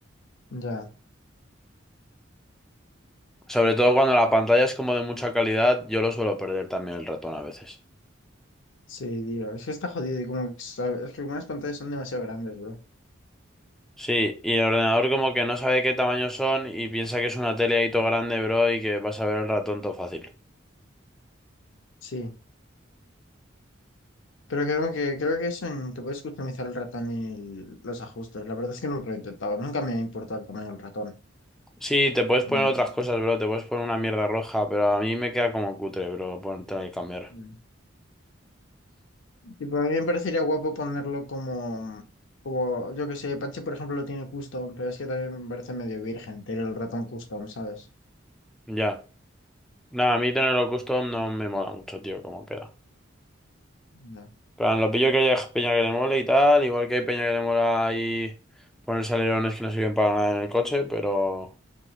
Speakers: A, on the left; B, in the centre.
A: ya.
B: Sobre todo cuando la pantalla es como de mucha calidad, yo lo suelo perder también el ratón a veces.
A: Sí, digo, es que está jodido y como que, sabe- es que algunas pantallas son demasiado grandes, bro.
B: Sí, y el ordenador como que no sabe qué tamaño son y piensa que es una tele ahí todo grande, bro, y que vas a ver el ratón todo fácil.
A: Sí. Pero creo que, creo que eso en- te puedes customizar el ratón y el- los ajustes. La verdad es que nunca lo he intentado, nunca me ha importado el tamaño del ratón.
B: Sí, te puedes poner
A: Mm,
B: otras cosas, bro, te puedes poner una mierda roja, pero a mí me queda como cutre, bro, ponerte que cambiar.
A: mm. Tipo, a mí me parecería guapo ponerlo como, como, yo que sé, Panche, por ejemplo, lo tiene custom, pero es que también me parece medio virgen tener el ratón custom, ¿sabes?
B: Ya. Nada, a mí tenerlo custom no me mola mucho, tío, como queda.
A: No.
B: Pero lo pillo que haya peña que le mole y tal, igual que hay peña que le mola ahí ponerse alerones que no sirven para nada en el coche, pero